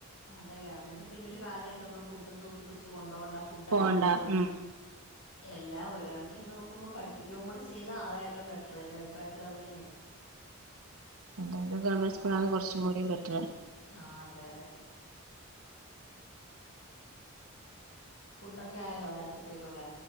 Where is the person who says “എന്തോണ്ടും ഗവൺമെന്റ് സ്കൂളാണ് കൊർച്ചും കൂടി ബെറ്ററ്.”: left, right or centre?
Right